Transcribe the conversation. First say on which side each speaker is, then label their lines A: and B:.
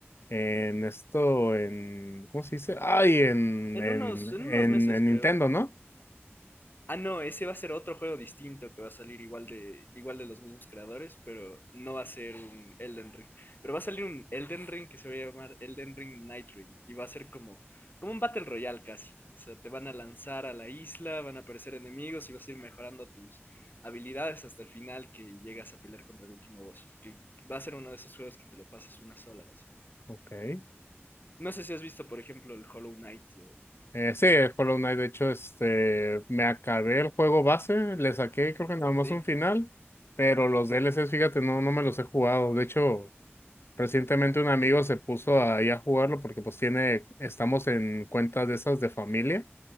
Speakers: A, on the left; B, on the left.
A: en esto, en, ¿cómo se dice? Ay, en,
B: En
A: en,
B: unos, en
A: en,
B: unos meses,
A: en
B: creo,
A: Nintendo,
B: ¿no?
A: ¿no?
B: Ah, no, ese va a ser otro juego distinto que va a salir igual de, igual de los mismos creadores, pero no va a ser un Elden Ring. Pero va a salir un Elden Ring que se va a llamar Elden Ring Night Ring y va a ser como, como un Battle Royale casi. O sea, te van a lanzar a la isla, van a aparecer enemigos y vas a ir mejorando tus habilidades hasta el final que llegas a pelear contra el último boss. Que va a ser uno de esos juegos que te lo pasas una sola. así.
A: Ok.
B: No sé si has visto, por ejemplo, el Hollow Knight, o-
A: Eh, sí, el Hollow Knight, de hecho, este, me acabé el juego base, le saqué creo que nada más
B: ¿sí?
A: un final, pero los DLCs, fíjate, no, no me los he jugado. De hecho, recientemente un amigo se puso ahí a jugarlo porque pues tiene, estamos en cuentas de esas de familia